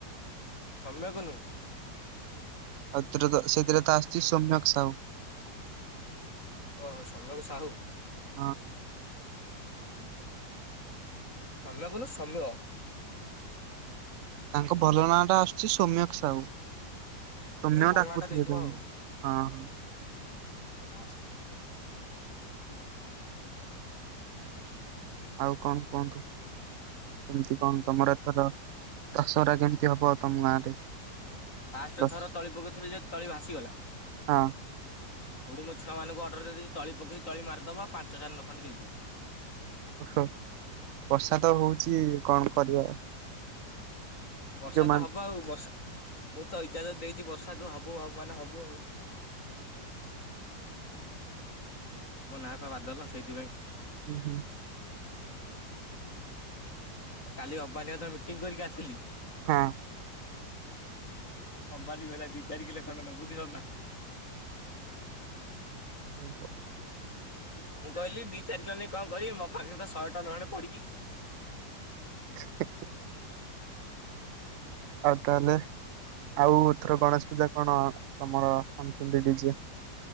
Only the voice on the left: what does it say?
ସମ୍ୟକ ନୁହେଁ
ଓହୋ ସମ୍ୟକ୍ ସାହୁ?
ସମମ୍ୟକ୍ ନୁ ସୋମ୍ୟ
ସେ ଭଲ
ନାଁଟା ଦେଇଥିବ
ଆଉ
ହଁ
ଫାଷ୍ଟ
ଥର ତଳି ପକଥିଲି ଯେ ତଳି ଭାସିଗଲା,
ହଉଠି ମୋ ଛୁଆଙ୍କୁ ଅର୍ର ଦେଇଛି ତ ପକ ତଳି ମାରିଦବା ପାଞ୍ଚ ଧାନ ଖଣ୍ଡେ ଦେଇଦବି
ବର୍ଷା
ତ ହବ ଆଉ ବର୍ଷା ମୁଁ ତ ଇଜାଜତ ଦେଇଛି ବର୍ଷାକୁୁ ହବୁ ହବ ମାନେ ହବୁ ଆଉ <inaudible> ମୋ ନାଁ ପା ବାଦଲ ସେଇଥିପାଇଁ
ଆଉ କାଲି ଅମ୍ବାନୀ ହତରେ ମିଟିଂ କରିକି ଆସିଲି।
ଅମ୍ବାନୀ କହିଲା ଦି ଚାରି କିଲୋ ଖଣ୍ଡେ ନବୁ କିି ସୁନା? <inaudible>
ମୁଁ କହିଲି ଦି ଚାରି କିଲୋ ନେଇକି କଣ କରିବି ମୋ ପାଖରେ ତ ଶହେ ଟନ୍ ଖଣ୍ଡେ ପଡିଛି।